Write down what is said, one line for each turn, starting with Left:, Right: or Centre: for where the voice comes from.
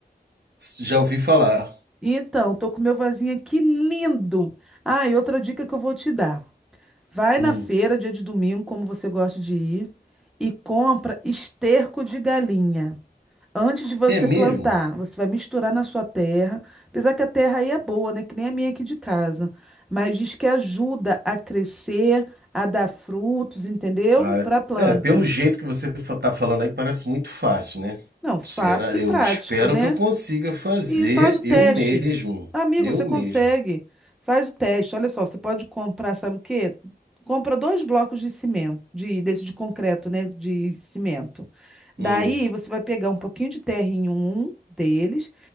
Right: Já ouvi falar.
Centre: Então, eu tô com meu vasinho aqui lindo. Ah, e outra dica que eu vou te dar. Vai
Right: Hum.
Centre: na feira, dia de domingo, como você gosta de ir, e compra esterco de galinha. Antes de você
Right: É mesmo?
Centre: plantar, você vai misturar na sua terra. Apesar que a terra aí é boa, né? Que nem a minha aqui de casa. Mas diz que ajuda a crescer, a dar frutos, entendeu?
Right: Ah,
Centre: Para a planta.
Right: é, pelo jeito que você fa- tá falando aí, parece muito fácil, né?
Centre: Não, fácil
Right: Será?
Centre: e
Right: Eu
Centre: prático,
Right: espero
Centre: né?
Right: que eu consiga fazer
Centre: E faz o teste.
Right: eu mesmo.
Centre: Amigo,
Right: Eu
Centre: você
Right: mesmo.
Centre: consegue. Faz o teste. Olha só, você pode comprar, sabe o quê? Compra dois blocos de cimento, de, desse de concreto, né? De cimento.
Right: Hum.
Centre: Daí você vai pegar um pouquinho de terra em um um deles